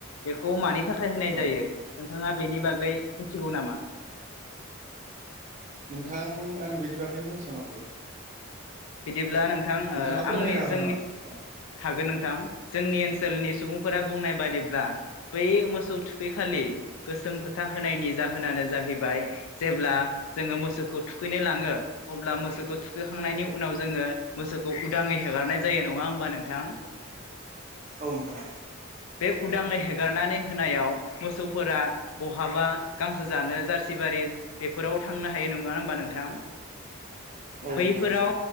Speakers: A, on the left (about 80°); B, on the right (about 35°).
A: बेखौ मानि थाखाय होनाय
B: औ
A: जायो? नोंथाङा बेनि बागै मिथिगौ नामा?
B: नोंथां आं बेनि बागै मिथिया माथो।
A: बिदिब्ला नों थां
B: नोंथाङा
A: ओ
B: फोरमायनो
A: आंनि
B: हागोन
A: जोंनि
B: नामा अ
A: हागोन नोंथां। जोंनि ओनसोलनि सुबुंफोरा बुंनाय बादिब्ला बै मोसौ थुखैखालि गोसोम फोथा होनायनि जाहोनानो जाहैबाय जेब्ला जोङो मोसौखौ थुखैनो लाङो अब्ला मोसौखौ थुखैखांनायनि उनाव जोङो मोसौखौ उदाङै हेगारनाय जायो नङा होमबा नोंथां?
B: औ नोंथां।
A: बे उदांङै हेगारनानै होनायाव मोसौफोरा बहाबा गांसो जानो जार्सिबारि बेफोराव थांनो हायो नङा होमबा नोंथां?
B: औ नोंथां
A: बैफोराव
B: औ